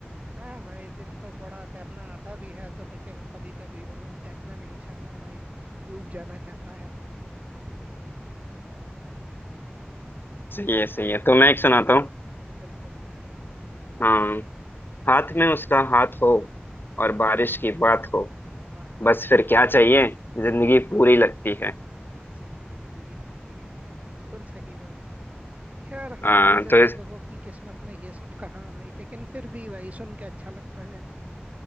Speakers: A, on the right; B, on the left.
A: हाँ भाई दिल को थोड़ा तैरना आता भी है तो लेकिन कभी कभी वो तैरना नहीं चाहता भाई वो डूब जाना चाहता है
B: सही है सही है तो मैं एक सुनाता हूँ
A: बिल्कुल बिल्कुल
B: हाँ हाथ में उसका हाथ हो और
A: हम्म,
B: बारिश की बात हो
A: वाह
B: बस फिर क्या चाहिए जिंदगी पूरी लगती है
A: जिंदगी पूरी लगती है भाई बिल्कुल सही भाई खैर हमारे
B: आ,
A: जैसे
B: तो इस,
A: लोगों की किस्मत में ये सब कहाँ भाई लेकिन फिर भी भाई सुन के अच्छा लगता है